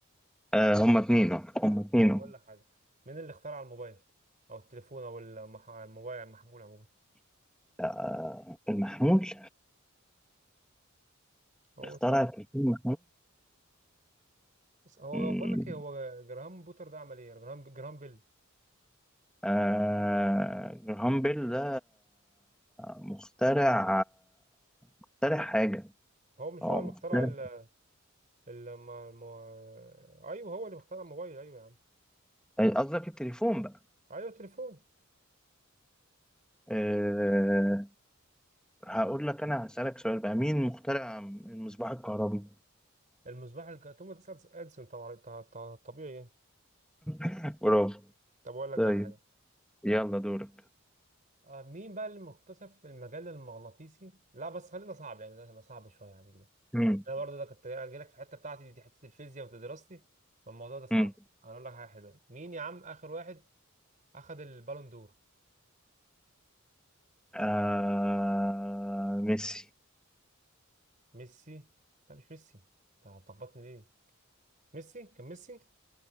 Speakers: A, in the centre; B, on the right (about 40°).
A: آه هما اتنين أهو، هما اتنين
B: طب
A: أهو.
B: اقول لك حاجه مين اللي اخترع الموبايل او التليفون او المح... الموبايل المحمول عموما
A: آه المحمول
B: هو
A: اخترع
B: مش عارف.
A: التليفون
B: بس هو
A: المحمول
B: بقول لك ايه هو جراهام بوتر ده عمل ايه جراهام جراهام بيل
A: آه، جراهام بيل ده مخترع مخترع حاجة
B: هو مش
A: اه
B: هو اللي
A: مخترع
B: اخترع ال... الم... الم... ايوه هو اللي اخترع الموبايل ايوه يا عم
A: آه، قصدك التليفون بقى
B: ايوه تليفون
A: أه هقول لك أنا هسألك سؤال بقى مين مخترع المصباح الكهربي؟
B: المصباح الك- توماس اديسون طبعا ط- ط- طبيعي يعني
A: <laughs> برافو
B: طب اقول لك
A: طيب
B: بقى حاجه
A: يلا دورك
B: آه مين بقى اللي مكتشف المجال المغناطيسي لا بس خلينا صعب يعني ده هيبقى صعب شويه عليك ده
A: مم.
B: انا برضه ده كنت جاي لك في الحته بتاعتي دي حته الفيزياء ودراستي فالموضوع ده صعب
A: مم.
B: انا اقول لك حاجه حلوه مين يا عم اخر واحد اخذ البالون دور
A: آه ميسي
B: ميسي لا مش ميسي انت هتلخبطني ليه ميسي كان ميسي